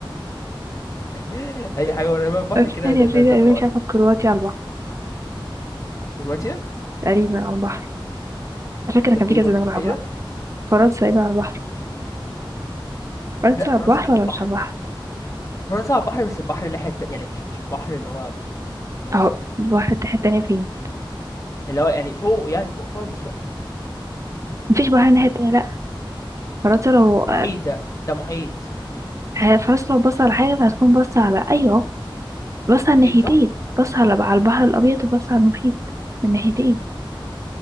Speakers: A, on the left; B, on the right.
A: <laughs> اي حاجه قريبه من البحر
B: <laughs> في
A: كده
B: تانية
A: ده
B: في
A: ده, ده
B: تقريبا
A: فقره
B: مش عارفة كرواتيا على البحر
A: كرواتيا
B: تقريبا على البحر على فكرة
A: طب
B: كان في
A: وايه
B: كذا
A: برضو
B: دولة
A: دي فقيره
B: على البحر. فرنسا ايه على البحر فرنسا
A: لا
B: على
A: فرنسا
B: البحر
A: مش على
B: ولا
A: البحر
B: مش على البحر
A: فرنسا على البحر بس البحر الناحيه الت- يعني مش مش البحر اللي هو المتوسط
B: اهو البحر الناحية التانية فين
A: اللي هو يعني فوق يعني فوق خالص بقى
B: مفيش بحر الناحية التانية لأ فرنسا لو
A: محيط ده ده محيط
B: آه، فرنسا لو بص على حاجة هتكون بص على أيوه بص على الناحيتين
A: محيط صح
B: بص على على البحر الأبيض وبص على المحيط من ناحيتين